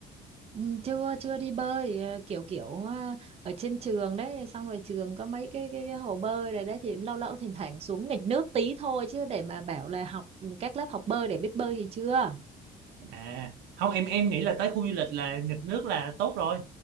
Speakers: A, on the right; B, on the right.
A: Ừ, chưa chưa đi bơi ờ, kiểu kiểu ờ, ở trên trường đấy xong rồi trường có mấy cái cái, cái hồ bơi này đấy thì lâu lâu thỉnh thoảng xuống nghịch nước tí thôi chứ để mà bảo là học các lớp học bơi để biết bơi thì chưa
B: à không em em nghĩ là tới khu du lịch là nghịch nước là tốt rồi